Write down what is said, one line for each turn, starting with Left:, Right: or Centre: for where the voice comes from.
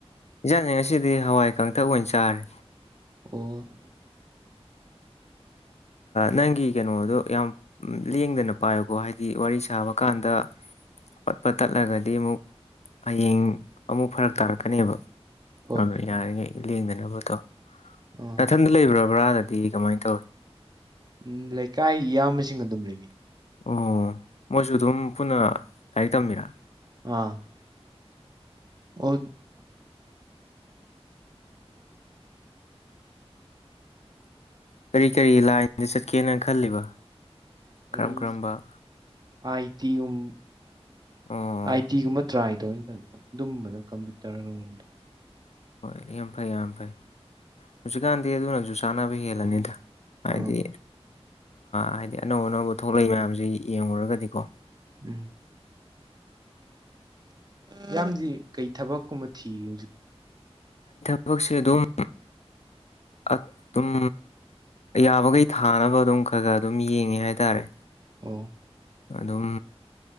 Left: ꯏꯟꯖꯥꯡꯖꯤ ꯉꯁꯤꯗꯤ ꯍꯋꯥꯏ ꯀꯥꯡꯇꯛ ꯑꯣꯏꯅ ꯆꯥꯔꯦ꯫
Right: ꯑꯣ
Left: ꯅꯪꯒꯤ ꯀꯩꯅꯣꯗꯣ ꯌꯥꯝ ꯂꯦꯡꯗꯅ ꯄꯥꯏꯌꯨꯀꯣ ꯍꯥꯏꯗꯤ ꯋꯥꯔꯤ ꯁꯥꯕ ꯀꯥꯟꯗ ꯄꯠ ꯄꯠ ꯇꯠꯂꯒꯗꯤ ꯑꯃꯨꯛ ꯍꯌꯦꯡ ꯑꯃꯨꯛ ꯐꯔꯛ ꯇꯥꯔꯛꯀꯅꯤꯕ꯫
Right: ꯍꯣꯏ
Left: ꯑꯗꯨꯅ ꯌꯥꯔꯤꯒꯩ ꯂꯦꯡꯗꯅꯕꯇꯧ
Right: ꯑꯥ
Left: ꯅꯊꯟꯗ ꯂꯩꯕ꯭ꯔꯥ ꯕꯔꯥꯗꯗꯤ ꯀꯃꯥꯏꯅ ꯇꯧꯏ꯫
Right: ꯎꯝ ꯂꯩꯀꯥꯏ ꯏꯌꯥꯝꯕꯁꯤꯡ ꯑꯗꯨꯝ ꯂꯩꯃꯤꯟꯅꯩ꯫
Left: ꯑꯣ ꯃꯣꯏꯁꯨ ꯑꯗꯨꯝ ꯄꯨꯟꯅ ꯂꯥꯏꯔꯤꯛ ꯇꯝꯃꯤꯔꯥ꯫
Right: ꯑꯥ ꯑꯣ
Left: ꯀꯔꯤ ꯀꯔꯤ ꯂꯥꯏꯟꯗ ꯆꯠꯀꯦꯅ ꯈꯜꯂꯤꯕ ꯀꯔꯝ
Right: ꯑꯩ
Left: ꯀꯔꯝꯕ
Right: ꯑꯥꯏ ꯇꯤꯒꯨꯝ
Left: ꯑꯣ
Right: ꯑꯥꯏ ꯇꯤꯒꯨꯝꯕ ꯇ꯭ꯔꯥꯏ ꯇꯧꯒꯦꯅ ꯈꯜꯂꯤ ꯑꯗꯨꯝꯕꯗ ꯀꯝꯄ꯭ꯌꯨꯇꯔꯒꯨꯝꯕ
Left: ꯍꯣꯏ ꯌꯥꯝ ꯐꯩ ꯌꯥꯝ ꯐꯩ ꯍꯧꯖꯤꯛꯀꯥꯟꯗꯤ ꯑꯗꯨꯅꯁꯨ ꯆꯥꯅꯕ ꯍꯦꯜꯂꯅꯤꯗ ꯍꯥꯏꯗꯤ
Right: ꯑꯥ
Left: ꯍꯥꯏꯗꯤ ꯑꯅꯧ ꯑꯅꯧꯕ ꯊꯣꯛꯂꯛꯏ ꯃꯌꯥꯝꯁꯤ ꯌꯦꯡꯂꯨꯔꯒꯗꯤꯀꯣ
Right: ꯎꯝ ꯏꯌꯥꯝꯕꯗꯤ ꯀꯩ ꯊꯕꯛꯀꯨꯝꯕ ꯊꯤꯔꯤ ꯍꯧꯖꯤꯛ꯫
Left: ꯊꯕꯁꯦ ꯗꯨꯝ ꯑꯗꯨꯝ ꯌꯥꯕꯒꯩ ꯊꯥꯅꯕ ꯑꯗꯨꯝ ꯈꯔ ꯈꯔ ꯑꯗꯨꯝ ꯌꯦꯡꯉꯤ ꯍꯥꯏꯇꯥꯔꯦ꯫
Right: ꯑꯣ
Left: ꯑꯗꯨꯝ